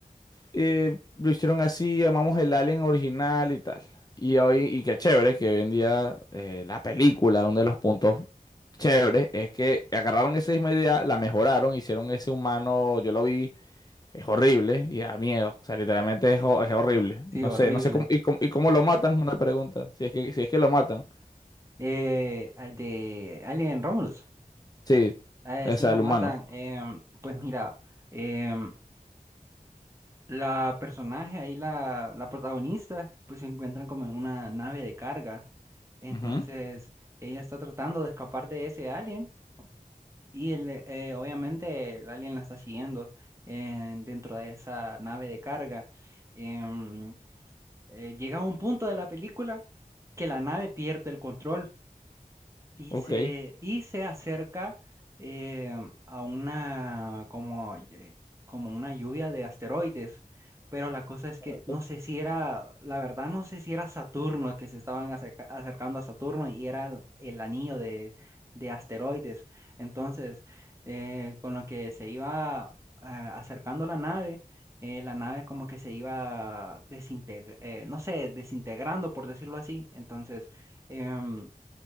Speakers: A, on the left; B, on the right.
A: eh, lo hicieron así, llamamos el Alien original y tal. Y hoy, y qué chévere que hoy en día eh, la película, uno de los puntos chéveres, es que agarraron esa misma idea, la mejoraron, hicieron ese humano, yo lo vi, es horrible y da miedo. O sea, literalmente es, ho- es horrible.
B: sí,
A: No
B: horrible.
A: sé, no sé cómo, y cómo, y cómo lo matan, una pregunta. Si es que, si es que lo matan.
B: Eh, al de Alien Romulus,
A: Sí,
B: eh,
A: o
B: sí
A: sea,
B: lo
A: el
B: matan.
A: humano.
B: em, pues mira, em, la personaje ahí, la, la protagonista, pues se encuentran como en una nave de carga. Entonces,
A: Ujú,
B: ella está tratando de escapar de ese alien Y el, eh, eh, obviamente el alien la está siguiendo eh, dentro de esa nave de carga. Em, eh, llega a un punto de la película que la nave pierde el control. Y
A: Ok.
B: se, y se acerca eh, a una como, eh, como una lluvia de asteroides. Pero la cosa es que
A: Correcto.
B: no sé si era, la verdad no sé si era Saturno que se estaban acerca- acercando a Saturno y era el, el anillo de, de asteroides. Entonces, eh, con lo que se iba ah, acercando la nave, eh, la nave como que se iba desintegrando, no sé, desintegrando por decirlo así. Entonces, em,